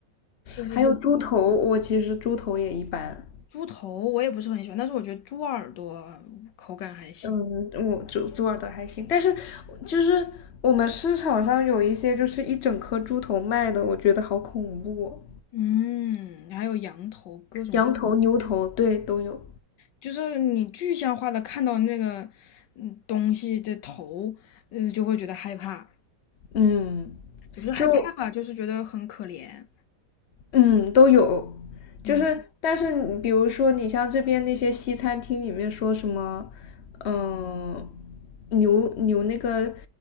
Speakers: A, on the left; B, on the left.
A: 这这这
B: 还有猪头，我其实猪头也一般。
A: 猪头我也不是很喜欢，但是我觉得猪耳朵口感还行。
B: 嗯，我猪猪耳朵还行，但是就是我们市场上有一些就是一整颗猪头卖的，我觉得好恐怖哦
A: 嗯，还有羊头，各种。
B: 羊头、牛头，对，都有。
A: 就是你具象化的看到那个嗯东西的头，嗯，就会觉得害怕，
B: 嗯，
A: 也不是害怕吧，
B: 就
A: 就是觉得很可怜，
B: 嗯，都有，就是但是你比如说你像这边那些西餐厅里面说什么，
A: 嗯，
B: 嗯、牛牛那个